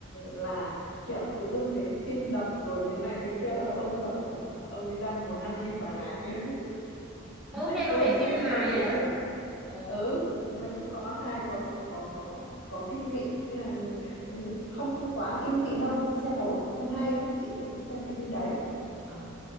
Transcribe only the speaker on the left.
là kiểu tự dưng thấy tim đập rồi thế này cái kia Ờ, ông ấy còn tưởng là ông ấy đang muốn ăn thịt bà này <laughs>
ông
ấy không
biết
đấy là tình
yêu
ừ nói chung có hài có có có có kinh dị nên là mình ừm, không không quá kinh dị đâu xem ổn xem hay nhé, chị cũng thích xem cái phim đấy